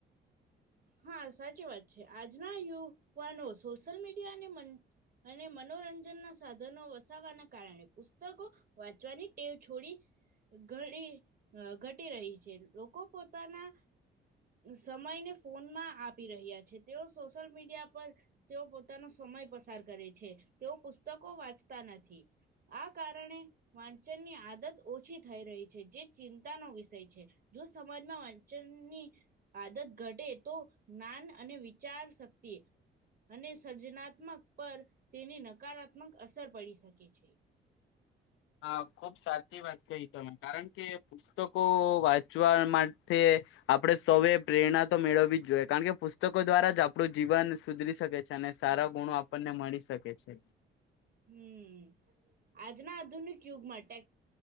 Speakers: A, on the right; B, on the left.
A: હા સાચી વાત છે આજના યુવાનો સોશિયલ મીડિયા અનેન અને મનોરંજનના સાધનો વસવાના કારણે પુસ્તકો વાંચવાની ટેવ છોડી ઘણી ઘટી રહી છે લોકો પોતાના સમયને ફોનમાં આપી રહ્યા છે તેઓ સોશિલ મીડિયા પર તેઓ પોતાનો સમય પસાર કરે છે તેઓ પુસ્તકો વાચ નથી આ કારણે વાંચનની આદત ઓછી થઈ રહી જે ચિંતાનોો વિષય છે જો સમાજમાં વંચનની આદત ઘટે તો જ્ઞાન અને વિચાર શક્તિ અને સર્જનાત્મક પર તેની નકારાત્મક અસર પડી શકે છે
B: હા ખુબ સાચી વાત કહી તમે કારણ કે પુસ્તકો વા પવા માટે આપણે સૌએ પ્રેરણા તો મેળવવી જ જોઈએ કારણ કે પુસ્તકો દ્વારા જ આપણું જીવન સુધરી શકે છે અને સારા ગુણો આપણને મળી શકે પ છે
A: હમ આજ ના આધુનિક ક્યુગમાંટે